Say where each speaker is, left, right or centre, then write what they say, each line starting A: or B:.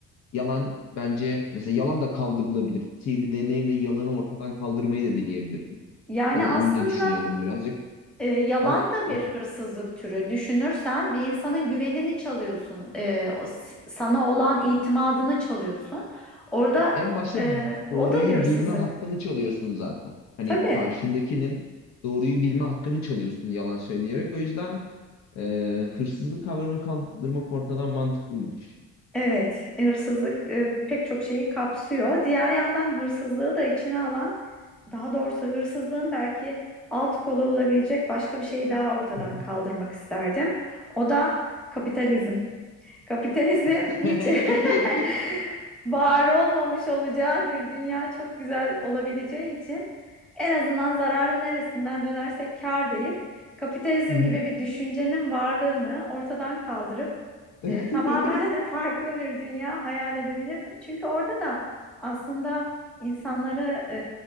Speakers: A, on the left; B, in the centre.
A: Yalan bence mesela yalan da kaldırılabilir. Sihirli deneyimle yalanı ortadan kaldırmayı da dileyebilirdin.
B: Yani
A: Onu
B: aslında
A: onu da düşünüyordum birazcık.
B: E, yalan
A: Ama
B: da
A: ya,
B: bir hırsızlık türü. Düşünürsen bir insanın güvenini çalıyorsun. E, o s- sana olan itimadını çalıyorsun. Orada
A: en başta
B: e, o
A: doğruyu
B: da bir hırsızlık.
A: bilme hakkını çalıyorsun zaten. Hani
B: Tabii.
A: karşındakinin doğruyu bilme hakkını çalıyorsun yalan söyleyerek. O yüzden e, hırsızlık kavramını kaldırmak ortadan mantıklıymış.
B: Evet, hırsızlık e, pek çok şeyi kapsıyor. Diğer yandan hırsızlığı da içine alan, daha doğrusu hırsızlığın belki alt kolu olabilecek başka bir şeyi daha ortadan
A: Hı hı.
B: kaldırmak isterdim. O da kapitalizm. Kapitalizm
A: <laughs>
B: hiç <laughs> var olmamış olacağı bir dünya çok güzel olabileceği için en azından zararın neresinden dönersek kâr deyip kapitalizm
A: Hı hı.
B: gibi bir düşüncenin varlığını ortadan kaldırıp
A: <laughs>
B: e, tamamen <laughs> farklı bir dünya hayal edebilirdim. Çünkü orada da aslında insanları e,